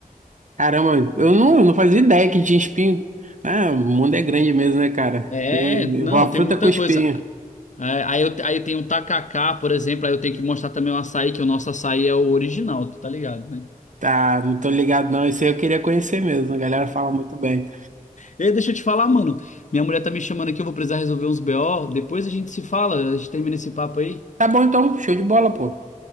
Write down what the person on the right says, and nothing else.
Caramba, eu não, eu não fazia ideia que tinha espinho. Ah, o mundo é grande mesmo, né, cara?
Tem
uma
fruta
com espinho.
Tá, não tô ligado não. Isso aí eu queria conhecer mesmo. A galera fala muito bem.
Tá bom então, show de bola, pô.